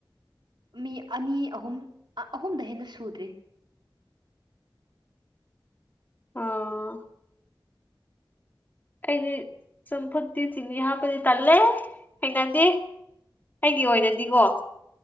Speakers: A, on the right (about 65°); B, on the left (about 20°).
A: ꯃꯤ ꯑꯅꯤ ꯑꯍꯨꯝ ꯑ ꯑꯍꯨꯝꯗꯩ ꯍꯦꯟꯅ ꯁꯨꯗ꯭ꯔꯤ
B: ꯑꯥ ꯑꯩꯗꯤ ꯆꯝꯐꯨꯠꯇꯤ ꯆꯤꯅꯤ ꯍꯥꯞꯄꯗꯤ ꯇꯜꯂꯦ ꯍꯩꯅꯗꯦ ꯑꯩꯒꯤ ꯑꯣꯏꯅꯗꯤꯀꯣ